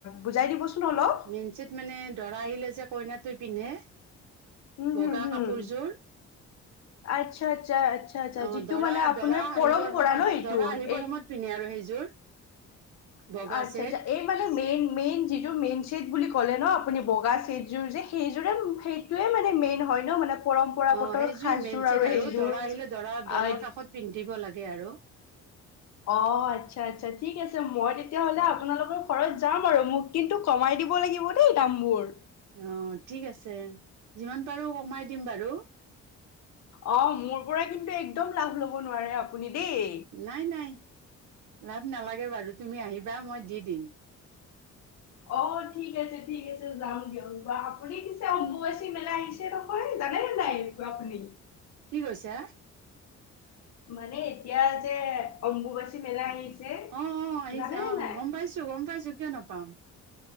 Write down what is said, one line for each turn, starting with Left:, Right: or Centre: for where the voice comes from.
Left: বুজাই দিবচোন। অলপ।
Right: মেন ছেট মানে দৰা আহিলে যে কইনাটো পিন্ধে।
Left: উম
Right: বগা
Left: হম হম
Right: কাপোৰযোৰ
Left: আচ্ছা আচ্ছা আচ্ছা আচ্ছা
Right: অ',
Left: যিটো
Right: দৰা
Left: মানে আপোনাৰ
Right: দৰা আহিবৰ
Left: পৰম্পৰা
Right: সময়ত
Left: ন এইটো
Right: দৰা আহিবৰ
Left: এই
Right: সময়ত পিন্ধে আৰু সেইযোৰ বগা
Left: আচ্ছা
Right: ছেট।
Left: আচ্ছা এই মানে মেইন মেইন যি মেইন ছেট বুলি ক'লে ন আপুনি বগা ছেটযোৰ যে সেইযোৰে সেইটোৱে মানে মেইন হয় ন মানে পৰম্পৰাগত
Right: অ সেইযোৰে
Left: সাজযোৰ
Right: মেইন ছেট
Left: সেইযোৰ
Right: আৰু দৰা আহিলে দৰা দৰাৰ
Left: আহ
Right: কাষত পিন্ধে। দিব লাগে আৰু
Left: অ আচ্ছা আচ্ছা ঠিক আছে মই তেতিয়াহলে আপোনালোকৰ ঘৰত যাম আৰু মোক কিন্তু কমাই দিব লাগিব দেই দামবোৰ।
Right: অ ঠিক আছে যিমান পাৰো কমাই দিম বাৰু
Left: অ মোৰ পৰা কিন্তু একদম লাভ ল'ব নোৱাৰে আপুনি দেই
Right: নাই নাই লা নালাগে বাৰু তুমি আহিবা মই দি দিম
Left: অ ঠিক আছে ঠিক আছে যাম দিয়ক আপুনি পিছে অম্বুবাচী মেলা আহিছে নহয় জানে নে নাই আপুনি
Right: কি কৈছা
Left: মানে এতিয়া যে অম্বুবাচী মেলা আহিছে
Right: অ অ আহিছে
Left: জানে নে
Right: অ
Left: নাই?
Right: গম পাইছো গম পাইছো কিয় নাপাম